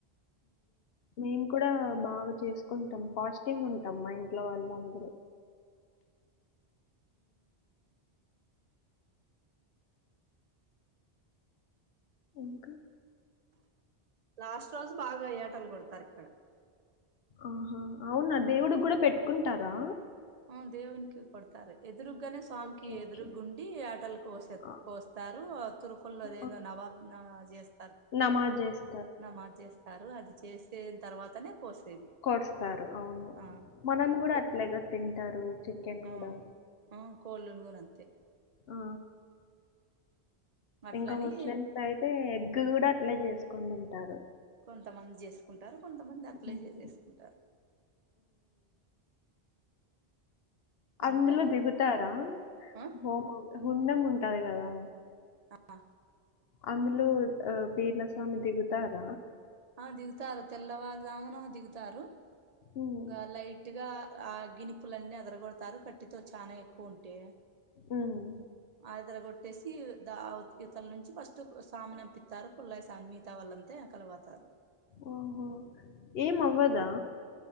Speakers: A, on the left; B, on the right.
A: మేము కూడా బాగా చేస్ కుంటం ఫాస్టింగ్ ఉంటం మా ఇంట్లో వాళ్ళందరూ. ఇంకా
B: లాస్ట్ రోజు బాగా ఏటలు కొడతరు ఇక్కడ.
A: ఆహా అవునా దేవుడి కూడా పెట్టుకుంటారా.
B: ఆ దేవునికి కొడతారు ఎదురుగ్గనే స్వామికి
A: ఓకే.
B: ఎదురుగుండి
A: ఓకే.
B: యాటలు కోసే
A: ఆ!
B: కోస్తారు తురుకొల్లదేందో
A: ఆ!
B: నవాబు నా చేస్
A: నమాజ్ జేస్
B: నమాజ్ చేస్తారు అది చేసేన్ తర్వాతనే కోసేది
A: కోస్తారు అవును
B: ఆ
A: మనం కూడా
B: కో
A: అట్లేగా తింటారు చికెన్
B: ఆ
A: కూడా
B: ఆ కోళ్ళును గూన అంతే
A: ఆ
B: అట్లని
A: ఇంకా ముస్లిమ్ ఐ తే ఎగ్గు కూడా అట్లే చేసుకొని తింటారు
B: కొంతమంది చేసుకుంటారు కొంతమంది అట్లే
A: ఉమ్,
B: చేసేసుకుంటారు అందుకని
A: అందులో దిగుతా రా
B: ఆ
A: హోమ హుండం ఉంటాది గదా
B: ఆ
A: అందులో ఆ పీర్ల స్వామి దిగుతారా
B: ఆ దిగుతారు తెల్లవారుజామున దిగుతారు
A: ఉమ్,
B: గా లైట్ గా ఆ గినిపులన్నీ అదరగొడతారు కట్టితో చానా ఎక్కువ ఉంటే
A: ఉమ్
B: అదరగొట్టేసి ద అవుత్ ఇవతల నుంచి ఫస్ట్ సామినంపిత్తారు కుళ్ళాయి సామి మిగతా వాళ్ళం తే ఎనకాల పోతారు
A: ఓహో ఏం అవ్వదా